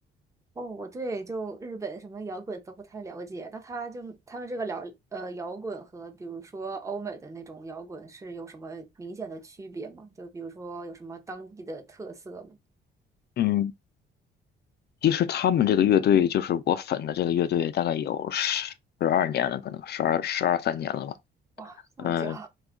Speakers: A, on the right; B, on the left.
A: 哦，我对就日本什么摇滚都不太了解，那他就他们这个了，呃摇滚和比如说欧美的那种摇滚是有什么明显的区别吗？就比如说有什么当地的特色吗？
B: 嗯，其实他们这个乐队就是我粉的这个乐队，大概有十二年了，可能十二十二三年了吧。
A: 哇，这么久，
B: 嗯，